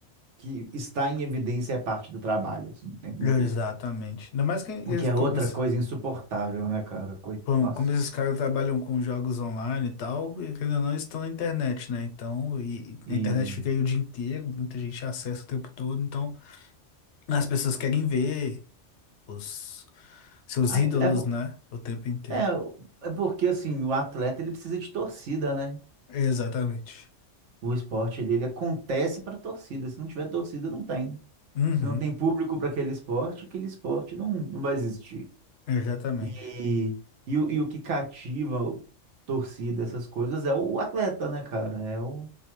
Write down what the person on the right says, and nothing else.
que está em evidência é parte do trabalho, assim, o tempo
inteiro.
O que é
outra
coisa insuportável, né, cara? Coi-
Nossa.
E.
Ah,
é, é, po-
é é porque, assim, o atleta ele precisa de torcida, né?
O esporte ele, ele acontece para torcida. Se não tiver torcida, não tem.
Se não tem público para aquele esporte, aquele esporte não, não vai existir.
E, e, o- e o que cativa o- torcida, essas coisas, é o atleta, né, cara? É o,